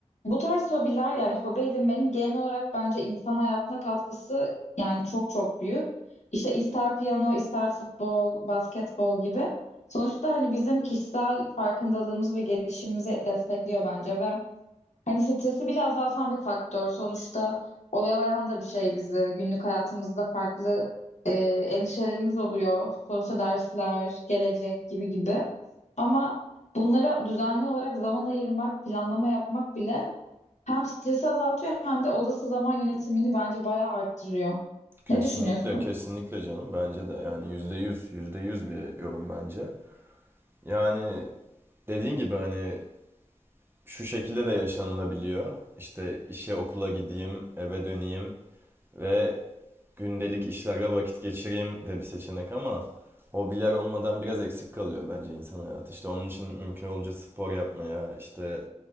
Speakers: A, on the left; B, on the right.
A: bu tarz hobiler yani hobi edinmenin genel olarak bence insan hayatına katkısı yani çok çok büyük. İşte ister piyano, ister futbol, basketbol gibi. Sonuçta hani bizim kişisel farkındalığımız ve gelişimimizi destekliyor bence ve Hani stresi bile azaltan bir faktör. Sonuçta oyalayan da bir şey bizi. Günlük hayatımızda farklı e, endişelerimiz oluyor. Sonuçta dersler, gelecek gibi gibi. Ama bunlara düzenli olarak zaman ayırmak, planlama yapmak bile hem stresi azaltıyor hem de odası zaman yönetimini bence bayağı arttırıyor.
B: Kesinlikle,
A: Ne düşünüyorsun?
B: kesinlikle canım. Bence de yani yüzde yüz, yüzde yüz bir yorum bence. Yani dediğin gibi hani şu şekilde de yaşanılabiliyor. İşte işe okula gideyim, eve döneyim ve gündelik işlerle vakit geçireyim de bir seçenek ama hobiler olmadan biraz eksik kalıyor bence insan hayatı. İşte onun için mümkün olunca spor yapmaya, işte